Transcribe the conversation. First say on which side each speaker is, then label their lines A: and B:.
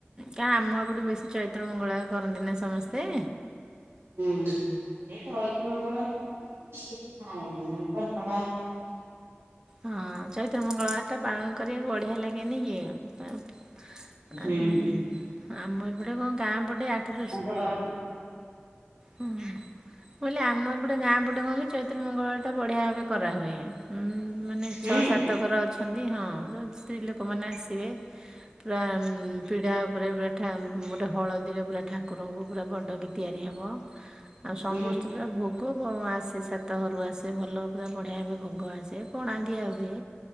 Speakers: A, on the right (about 15°); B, on the right (about 70°).
A: କା ଆମ ଏପଟୁ ବେଶୀ ଚୈତ୍ର ମଙ୍ଗଳା କରନ୍ତି ନା ସମସ୍ତେ।
B: ହୁଁ ସେ ଚୈତ୍ର ମଙ୍ଗଳବାର କି କିଛି ଖାଏନି <unintelligible>
A: ହଁ ଚୈତ୍ର ମଙ୍ଗଳବାର ଟା ପାଳନ କରିବାକୁ ବଢିଆ ଲାଗେନି କି। ଉଁ
B: ହୁଁ।
A: ଆମ ଏପଟେ କଣ ଗାଁ ପଟେ ଆଠ ଦଶ
B: ଳ ବାର ଠି
A: ହୁଁ ମୁଁ କହିଲି ଆମ ଏପଟେ ଗାଁ ପଟେ କଣ କି ଚୈତ୍ର ମଙ୍ଗଳବାର ଟା ବଢିଆ ଭାବେ କରା ହୁଏ। ଉଁ ମାନେ ଛଅ
B: ଉଁ
A: ସାତ ଘର ଅଛନ୍ତି ହଁ ସବୁ ସ୍ତ୍ରୀ ଲୋକମାନେ ଆସିବେ। ପୁରା ଉଁ। ପିଢ଼ା ଉପରେ ପୁରା ଠା ଗୋଟେ ହଳଦୀରେ ପୁରା ଠାକୁରଙ୍କୁ ପୁରା ବଡ଼କି ତିଆରି ହେବ। ଆଉ ସମସ୍ତେ
B: ଉଁ
A: ପୁରା ଭୋ ଭୋଗ ଆସେ ସାତ ଘରୁ ଆସେ ଭଲ ପୁରା ବଢ଼ିଆ ଭାବେ ଭୋଗ ଆସେ ପଣା ଦିଆ ହୁଏ।